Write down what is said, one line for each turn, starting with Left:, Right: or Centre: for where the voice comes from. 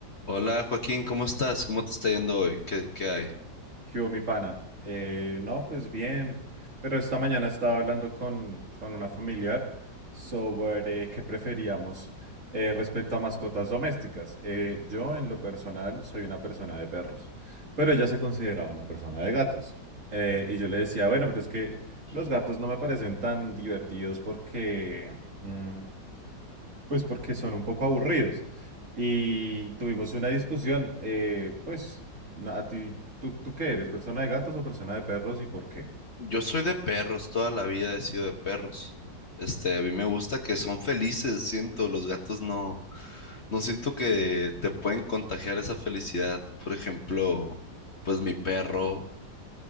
Left: Hola Joaquín, ¿cómo estás? ¿Cómo te está yendo hoy? ¿Qué, qué hay?
Right: ¿Qué hubo, mi pana? Eh, no, pues bien, pero esta mañana estaba hablando con, con una familiar sobre qué preferíamos eh, respecto a mascotas domésticas. Eh, yo, en lo personal, soy una persona de perros, pero ella se consideraba una persona de gatos. Eh, y yo le decía, bueno, pero es que los gatos no me parecen tan divertidos porque... mm, pues porque son un poco aburridos. Y tuvimos una discusión, eh, pues, na- a ti, ¿tú, tú qué eres? ¿Persona de gatos o persona de perros y por qué?
Left: Yo soy de perros, toda la vida he sido de perros. Este, a mí me gusta que son felices, siento, los gatos no, no siento que te pueden contagiar esa felicidad. Por ejemplo, pues mi perro